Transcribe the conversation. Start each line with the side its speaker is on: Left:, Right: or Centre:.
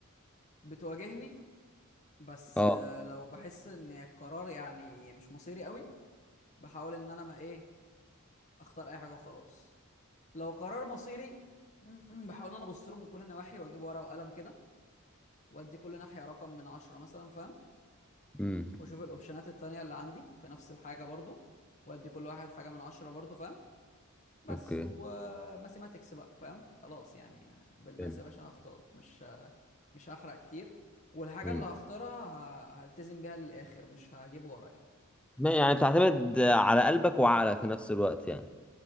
Left: بتواجهني بس
Centre: اه
Left: آه، لو بحس ان القرار يعني مش مصيري قوي بحاول ان انا ما ايه اختار اي حاجه وخلاص لو قرار مصيري <clears throat> بحاول ان انا ابص له من كل النواحي واجيب ورقه وقلم كده وادي كل ناحيه رقم من عشرة مثلا فاهم
Centre: امم
Left: واشوف الاوبشنات التانية اللي عندي في نفس الحاجه برضو وادي كل واحد حاجه من عشرة برضو فاهم بس
Centre: اوكي
Left: وماثيماتكس بقى فاهم خلاص يعني بالماس
Centre: جامد.
Left: يا باشا هختار مش ه- مش هحرق كتير والحاجه
Centre: مم.
Left: اللي هختارها ه- هلتزم بيها للاخر مش هجيب ورا يعني
Centre: ما يعني بتعتمد على قلبك وعقلك في نفس الوقت يعني